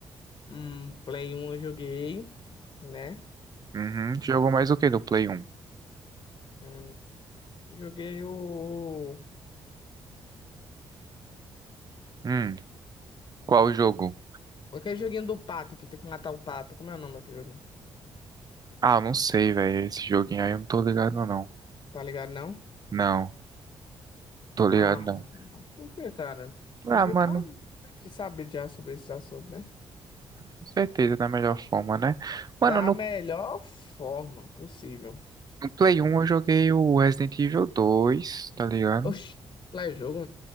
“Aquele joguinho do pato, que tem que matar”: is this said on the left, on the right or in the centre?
Left